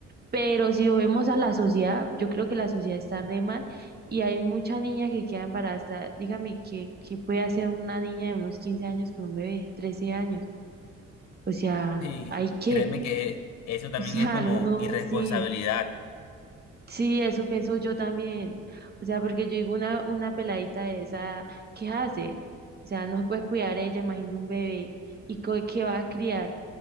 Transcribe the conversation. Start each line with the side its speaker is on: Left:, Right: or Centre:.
Right: Pero si lo vemos a la sociedad, yo creo que la sociedad está re mal y hay mucha niña que queda embarazada. Dígame, ¿qué, qué puede hacer una niña de unos 15 años con un bebé, 13 años? O sea,
Left: Sí,
Right: ¿hay qué?
Left: créeme que eso
Right: <laughs>
Left: también
Right: O sea,
Left: es como
Right: alguno
Left: irresponsabilidad.
Right: sí, sí, eso pienso yo también. O sea, porque yo digo una, una peladita de esa, ¿qué hace? O sea, no se puede cuidar ella, imagina un bebé. ¿Y co- qué va a criar?